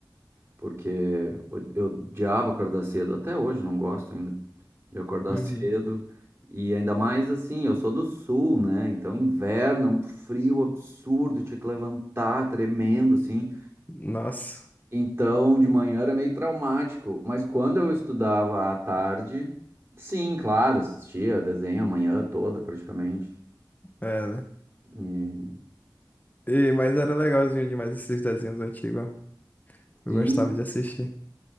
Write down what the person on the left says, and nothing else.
Uhum.
Nossa,
é, né?
E, mas era legalzinho demais esses desenhos antigos, ó. Eu
gostava de assistir.